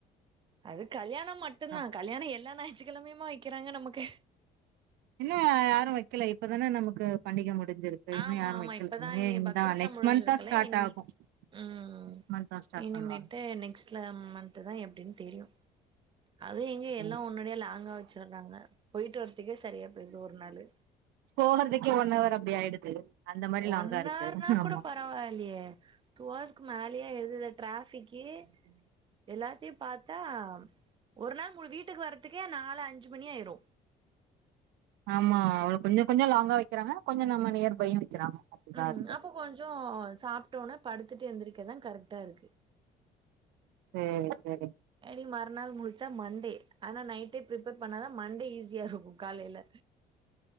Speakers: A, on the right (about 30°); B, on the right (about 85°).
A: அது கல்யாண மட் மட்டுந்தா
B: அப்
A: கல்யாண எல்லா ஞாயிற்றுக்கிழமையுமா வைக்கிறாங்க நமக்கு
B: இன்னு யா யாரு வைக்கல இப்பதான நமக்கு பண்டிக முடிஞ்சிரு ஏ இன்னு
A: ஆமா
B: யாரு
A: ஆமா
B: வைக்கல
A: இப்பதா
B: இனமே இந்தா
A: பக்ரீத்லா
B: நெக்ஸ்ட்
A: முடிஞ்சிருக்குல்ல
B: மந்த் தா ஸ்டார்ட்
A: இனிமே
B: ஆகு
A: ம்
B: நெக்ஸ்ட் மந்த் தா ஸ்டார்ட்
A: இனிமேட்டு
B: பண்ணுவாங்க
A: நெக்ஸ்ட்ல மந்த்த் தா எப்டின்னு தெரியு அதுவு எங்க எல்லா
B: ம்
A: உன்னோடியே லாங்கா வச்சிருறாங்க போயிட்டு வர்றதுக்கே சரியா போயிருது ஒரு நாளு
B: போகற்திக்கே ஒன்னவர் அப்டி ஆயிடுது அந்த மாரி
A: ஒன்னார்னா
B: லாங்கா இருக்கு ஆமா
A: கூட பரவாயில்லியே டூ ஹவர்ஸ்க்கு மேலியே ஆயிருது இந்த டிராஃபிக்கி எல்லாத்தையு பாத்தா ஒரு நாள் முழு வீட்டுக்கு வர்றதுக்கே நாலு அஞ்சி மணி ஆயிரு
B: ஆமா அவுள கொஞ்சோ கொஞ்சோ லாங்கா வைக்கிறாங்க கொஞ்சோ நம்ம நியர் பையு வைக்கிறாங்க அப்டிதா
A: அ
B: இருக்கு
A: அப்போ கொஞ்சோ சாப்டோன படுத்துட்டு எந்திருக்க தா கரெக்ட்டா இருக்கு
B: சேரி சரி
A: அடி மறுநாள் முடிச்சா மண்டே ஆனா நைட்டே பிரிப்பர் பண்ணாதா மண்டே ஈஸியா இருக்கு காலேல